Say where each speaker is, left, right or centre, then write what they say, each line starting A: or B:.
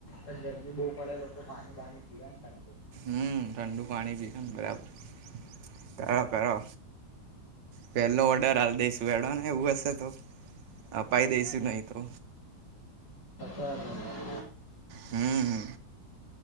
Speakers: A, on the left (about 60°); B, on the right (about 80°).
A: બધી બહુ પડે લોકો પાણી બાણી પીવા ઠંડો
B: હમ્મ ઠંડુ પાણી પી ને બરાબર પ પો પેલો ઓર્ડર હાલ દઈસુ એડવાને એવું હશે તો
A: મંગાયા
B: અપાઈ દઈશુ નહી તો
A: <unintelligible>
B: હમ્મ હ